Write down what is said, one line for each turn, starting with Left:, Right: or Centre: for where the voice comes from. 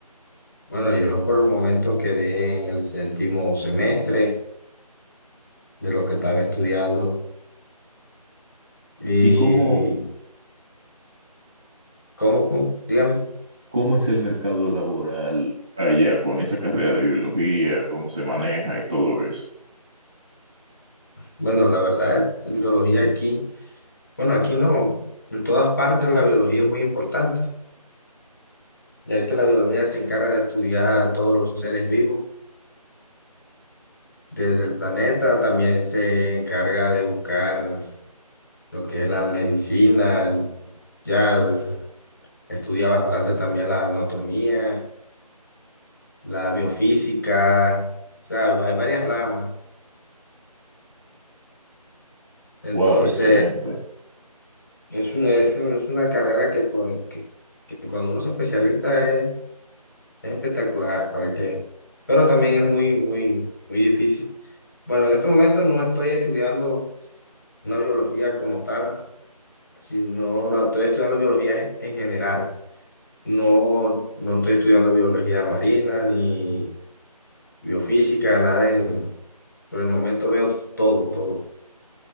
Left: Bueno, yo por el momento quedé en el séptimo semestre de lo que estaba estudiando. ¿Y
Centre: ¿Y cómo
Left: cómo, cómo? Dígame.
Centre: ¿Cómo es el mercado laboral allá con esa carrera de biología? ¿Cómo se maneja y todo eso?
Left: Bueno, la verdad, la biología aquí, bueno, aquí no, en todas partes la biología es muy importante, ya que la biología se encarga de estudiar a todos los seres vivos desde el planeta, también se encarga de buscar lo que es la medicina, ya estudia bastante también la anatomía, la biofísica, o sea, hay varias ramas. Entonces,
Centre: Wow, excelente.
Left: es una, es un- es una carrera que, cu- que, que cuando uno se especializa es Es espectacular, ¿para qué? Pero también es muy, muy, muy difícil. Bueno, en este momento no estoy estudiando una biología como tal, sino no, estoy estudiando biología en en general. No, no estoy estudiando biología marina ni biofísica, nada en- por el momento veo todo, todo.